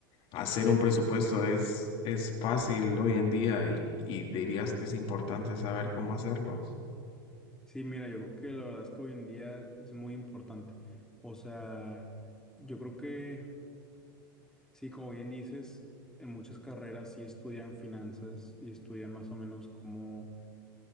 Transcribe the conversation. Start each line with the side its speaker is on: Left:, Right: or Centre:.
Left: hacer un presupuesto es, es fácil hoy en día y, y dirías que es importante saber cómo hacerlo?
Centre: Sí, mira, yo creo que la verdad es que hoy en día es muy importante. O sea, yo creo que Sí, como bien dices, en muchas carreras sí estudian finanzas y estudian más o menos cómo,